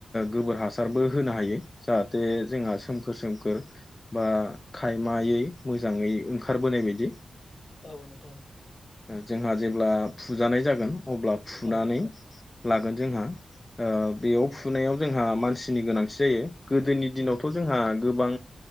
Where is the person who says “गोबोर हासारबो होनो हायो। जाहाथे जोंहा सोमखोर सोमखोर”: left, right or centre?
Left